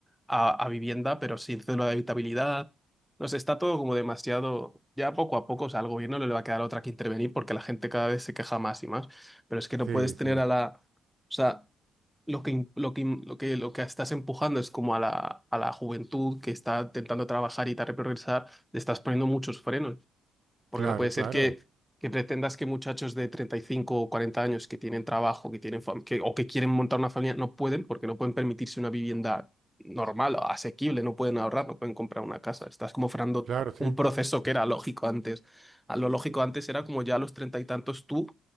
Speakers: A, in the centre; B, on the right.
A: a, a vivienda, pero sin cédula de habitabilidad. No sé, está todo como demasiado. Ya poco a poco, o sea, al gobierno no le va a quedar otra que intervenir porque la gente cada vez se queja más y más. Pero es que no
B: Sí,
A: puedes
B: sí.
A: tener a la. O sea, lo que, im- lo que, im- lo que, lo que estás empujando es como a la, a la juventud que está intentando trabajar y tal, progresar, le estás poniendo muchos frenos. Porque
B: Claro,
A: no puede ser
B: claro.
A: que, que pretendas que muchachos de 35 o 40 años que tienen trabajo, que tienen fam- que, o que quieren montar una familia, no pueden porque no pueden permitirse una vivienda normal, asequible, no pueden ahorrar, no pueden comprar una casa. Estás como frenando
B: Claro, sí.
A: un proceso que era lógico antes. A Lo lógico antes era como ya a los treinta y tantos tú